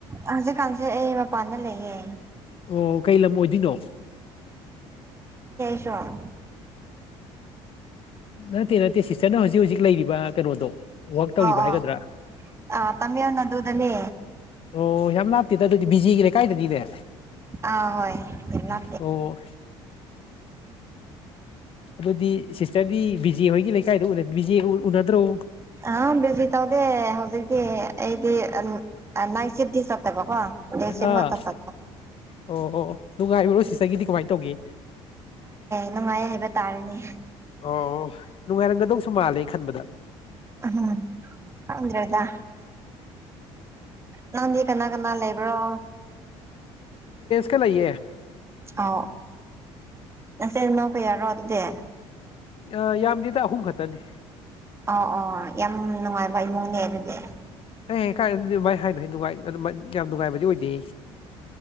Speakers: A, on the right; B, on the left.
A: ꯍꯧꯖꯤꯛꯀꯥꯟꯁꯦ ꯑꯩ ꯃꯄꯥꯟꯗ ꯂꯩꯌꯦ
B: ꯑꯣ ꯀꯩ ꯂꯝ ꯑꯣꯏꯗꯣꯏꯅꯣ
A: ꯆ
B: ꯅꯠꯇꯦ ꯅꯠꯇꯦ ꯁꯤꯁꯇꯔꯅ ꯍꯧꯖꯤꯛ ꯍꯧꯖꯤꯛ ꯂꯩꯔꯤꯕ ꯀꯩꯅꯣꯗꯣ ꯋꯛ ꯇꯧꯔꯤꯕ
A: ꯑꯧ
B: ꯍꯥꯏꯒꯗ꯭ꯔꯥ
A: ꯑꯥ ꯇꯥꯃꯤꯜ ꯅꯥꯗꯨꯗꯅꯦ
B: ꯑꯣ ꯌꯥꯝ ꯂꯥꯞ ꯇꯗ ꯑꯗꯨꯗꯤꯖꯤꯒ꯭ꯔꯦ ꯀꯥꯏꯗꯦꯅꯤꯗꯦ
A: ꯑ ꯍꯣꯏ ꯍꯟꯅ
B: ꯑꯣ ꯑꯗꯨꯗꯤ ꯁꯤꯁꯇꯔꯗꯤ ꯕꯤ ꯖꯦ ꯍꯣꯏꯒꯤ ꯂꯩꯀꯥꯏꯗ ꯕꯤ ꯖꯦ ꯎꯅꯗ꯭ꯔꯣ
A: ꯑ ꯖꯤ ꯇꯥꯎꯗꯦ ꯍꯧꯖꯤꯛꯇꯤ ꯑꯩꯗꯤ ꯑ ꯅꯥꯢꯠ ꯁꯤꯞꯇꯤ ꯆꯠꯇꯦꯕꯀꯣ ꯕꯣ ꯗꯁ
B: ꯑꯥ
A: ꯃ ꯇꯁ
B: ꯑꯣ ꯑꯣ ꯅꯨꯡꯉꯥꯏꯔꯨꯔꯣ ꯁꯤꯒꯤꯗꯤ ꯀꯃꯥꯏꯅ ꯇꯧꯒꯦ
A: ꯅꯨꯡꯉꯥꯏ ꯍꯥꯏꯕ ꯇꯥꯔꯅꯦ
B: ꯑꯣ ꯑꯣ ꯅꯨꯡꯉꯥꯏꯔꯝꯒꯗꯧꯁꯨ ꯃꯥꯜꯂꯦ ꯈꯟꯕꯗ
A: ꯎꯝ ꯑꯗꯨꯗ꯭ꯔꯦꯗ ꯅꯪꯗꯤ ꯀꯅꯥ ꯀꯅꯥ ꯂꯩꯕ꯭ꯔꯣ
B: ꯆ ꯂꯩꯌꯦ
A: ꯑ ꯑꯣ ꯑꯁꯦ ꯅꯣ ꯀꯦꯔꯣ ꯑꯗꯨꯗꯦ
B: ꯑ ꯌꯥꯝꯗꯤꯗ ꯑꯍꯨꯝ ꯈꯛꯇꯅꯤ
A: ꯑ ꯑꯣ ꯌꯥꯝ ꯅꯨꯡꯉꯥꯏꯕ ꯏꯃꯨꯡꯅꯦ ꯑꯗꯨꯗꯤ
B: ꯑꯦ ꯀꯥꯏ ꯑꯗꯨꯗꯤ ꯃꯥꯏ ꯍꯥꯏꯅꯨꯉꯥꯏ ꯌꯥꯝ ꯅꯨꯡꯉꯥꯏꯕꯗꯤ ꯑꯣꯏꯗꯦ